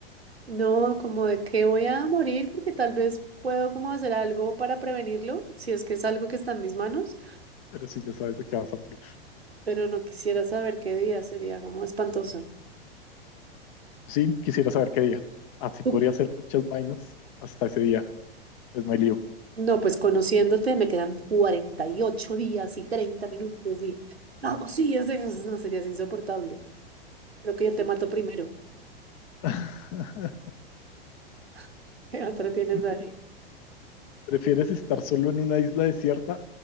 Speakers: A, on the right; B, on the left.
A: No, como de qué voy a morir porque tal vez puedo como hacer algo para prevenirlo, si es que es algo que está en mis manos,
B: Pero si ya sabes de qué vas a morir.
A: pero no quisiera saber qué día, sería como espantoso.
B: Sí, quisiera saber qué día. Así
A: Tú-
B: podría hacer muchas vainas hasta ese día. Pues no hay lío.
A: No, pues conociéndote me quedan 48 días y 30 minutos y no, pues sí, es- es- no, sería insoportable. Creo que yo te mato primero.
B: <laughs>
A: <laughs> ¿Qué otra tienes
B: Ok.
A: ahí?
B: ¿Prefieres estar solo en una isla desierta